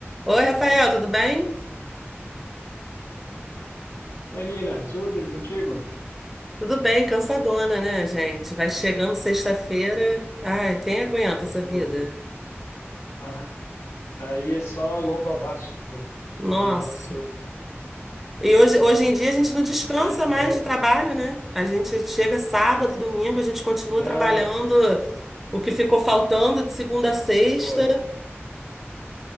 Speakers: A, in the centre; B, on the left.
A: Oi, Rafael, tudo bem?
B: Oi, Nina, tudo e contigo?
A: Tudo bem, cansadona, né, gente? Vai chegando sexta-feira. Ai, quem aguenta essa
B: Pois.
A: vida?
B: Ah, aí é só lomba abaixo, que
A: Nossa.
B: nem diz lá no sul,
A: E hoje, hoje em dia a gente não
B: <laughs>
A: descansa mais
B: né?
A: de trabalho, né? A gente chega sábado, domingo, a gente continua
B: Não,
A: trabalhando o que ficou faltando de segunda a sexta.
B: pois.